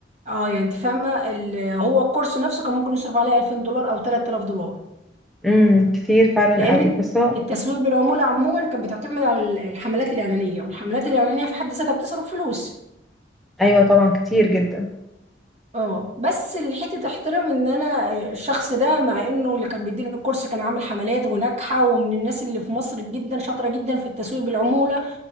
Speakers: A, on the right; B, in the centre.
A: اه يعني انت فاهمه ال- هو الكورس نفسه كان ممكن يصرف عليه 2000 دولار او 3000 دولار
B: امم كتير فعلا
A: لان
B: قوي بس هو
A: التسويق بالعموله عموما كانت بتعتمد على ال- الحملات الاعلانيه والحملات الاعلانيه في حد ذاتها بتصرف فلوس
B: ايوه طبعا كتير جدا
A: اه بس الحته تحترم ان انا الشخص ده مع انه اللي كان بيديني الكورس كان عامل حملات وناجحه ومن الناس اللي في مصر جدا شاطره جدا في التسويق بالعموله